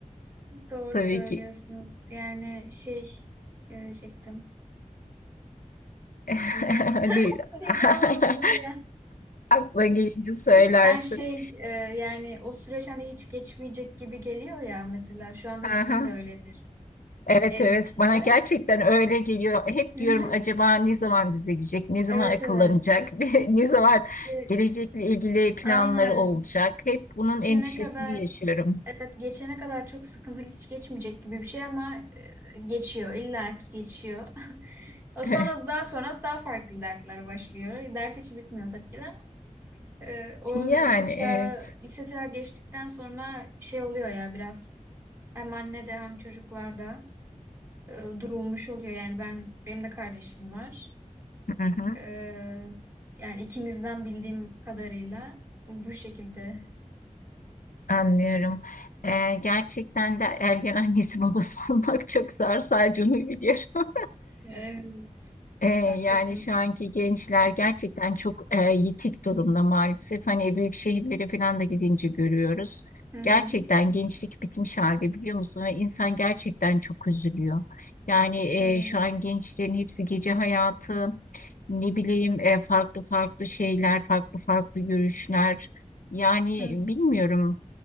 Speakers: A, on the right; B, on the left.
A: Doğru
B: <laughs> Tabii
A: söylüyorsunuz.
B: ki.
A: Yani şey ne diyecektim.
B: <laughs>
A: Unuttum.
B: Hani
A: Ne Diyeceğimi
B: <laughs>
A: unuttum ya.
B: aklına gelince söylersin.
A: Her şey e, yani o süreç hani hiç geçmeyecek gibi geliyor ya mesela. Şu anda
B: Aha.
A: sizin de öyledir
B: Evet
A: evin
B: evet
A: içinde.
B: bana gerçekten öyle geliyor. Hep
A: Hı-hı.
B: diyorum acaba ne zaman düzelecek, ne zaman
A: Evet
B: akıllanacak,
A: evet.
B: <laughs> ne zaman
A: İşte
B: gelecekle ilgili planları
A: aynen.
B: olacak. Hep bunun
A: Geçene
B: endişesini
A: kadar
B: yaşıyorum.
A: evet geçene kadar çok sıkıntılı hiç geçmeyecek gibi bir şey ama e, geçiyor. İlla ki geçiyor. <laughs> O
B: <laughs>
A: sonra daha sonra daha farklı dertler başlıyor. Dert hiç bitmiyor tabii ki de. Ee, o
B: Yani
A: lise çağı,
B: evet
A: lise çağı geçtikten sonra bir şey oluyor ya biraz hem annede hem çocuklarda e, durulmuş oluyor. Yani ben benim de kardeşim var.
B: Hı hı,
A: Ee, yani ikimizden bildiğim kadarıyla bu şekilde.
B: anlıyorum. Ee, gerçekten de ergen annesi babası <laughs> olmak çok zor sadece onu biliyorum.
A: Evet,
B: E,
A: haklısın.
B: yani şu anki gençler gerçekten çok e, yitik durumda maalesef. Hani büyük şehirlere falan da gidince görüyoruz.
A: Hı hı.
B: Gerçekten gençlik bitmiş halde biliyor musun? Ve insan gerçekten çok üzülüyor. Yani
A: Evet.
B: e, şu an gençlerin hepsi gece hayatı, ne bileyim e, farklı farklı şeyler, farklı farklı görüşler. Yani
A: Hı.
B: bilmiyorum.